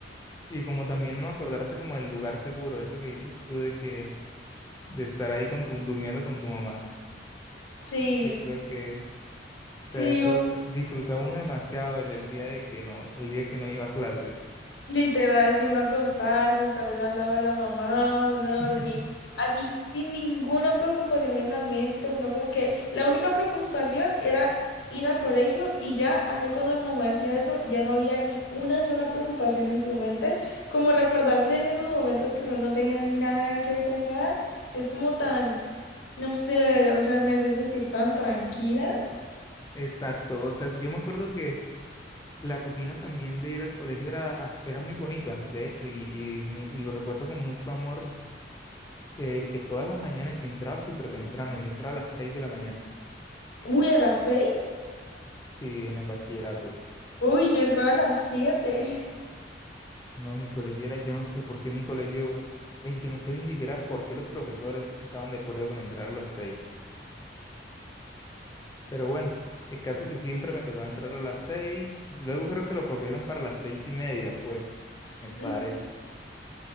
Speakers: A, on the left (about 20°); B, on the left (about 80°).
A: y como también no acordarse como del lugar seguro, eso que dices tú de que, de estar ahí con tu, durmiendo con tu mamá.
B: Sí,
A: Yo creo que,
B: sí,
A: o sea, eso disfrutaba uno demasiado el, el día de que no, el día que no iba a clase.
B: Literal, si uno acostarse, estar al lado de la mamá, uno
A: <laughs>
B: dormir así, sin ninguna preocupación en la mente, uno como que la única preocupación era ir al colegio y ya ahí cuando la mamá decía eso, ya no había ni una sola preocupación en tu mente, como recordarse en esos momentos que uno no tenía nada en qué pensar, es como tan, no sé, o sea, me hacía sentir tan tranquila.
A: Exacto, o sea, yo me acuerdo que la rutina también de ir al colegio era, era muy bonita, de hecho, y, y, me- y lo recuerdo con mucho amor, eh, que todas las mañanas yo entraba súper temprano, yo entraba a las 6 de la mañana,
B: Uy, a las seis,
A: sí, en el bachillerato.
B: uy, yo entraba a las siete.
A: No, mi colegio era, yo no sé por qué mi colegio, eh, yo no sé ni siquiera por qué los profesores estaban de acuerdo con entrar a las 6. pero bueno, el caso que siempre me tocaba entrar a las 6, luego creo que lo corrieron para las seis y media, fue, me parece.
B: <laughs>